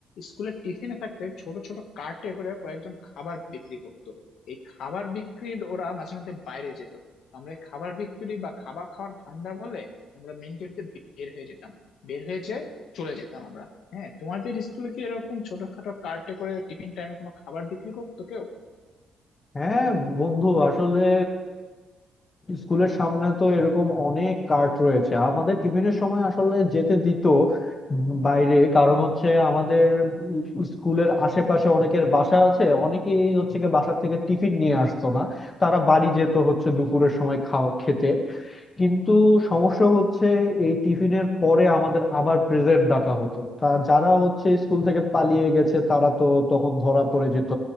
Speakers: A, on the left; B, on the left.
A: স্কুলের টিফিনে থাকতে ছোট ছোট কার্টে করে কয়েকজন খাবার বিক্রি করতো এই খাবার বিক্রির ওরা মাঝে মাঝে বাইরে যেত আমরা এই খাবার বিক্রি বা খাবার খাওয়ার ধান্দা বলে আমরা মেন গেট দিয়ে বের হয়ে যেতাম বের হয়ে যেয়ে চলে যেতাম আমরা হ্যাঁ তোমাদের স্কুলে কি এরকম ছোটখাটো কার্টে করে টিফিন টাইমে কোনো খাবার বিক্রি করতো কেউ
B: হ্যাঁ বন্ধু আসলে স্কুলের সামনে তো এরকম অনেক কার্ট রয়েছে আমাদের টিফিনের সময় আসলে যেতে দিত বাইরে কারণ হচ্ছে আমাদের স্কুলের আশেপাশে অনেকের বাসা আছে অনেকেই হচ্ছে গিয়ে বাসা থেকে টিফিন নিয়ে আসতো না তারা বাড়ি যেত হচ্ছে দুপুরের সময় খাওয়া খেতে কিন্তু সমস্যা হচ্ছে এই টিফিনের পরে আমাদের আবার প্রেজেন্ট ডাকা হতো তা যারা হচ্ছে স্কুল থেকে পালিয়ে গেছে তারা তো তখন ধরা পড়ে যেত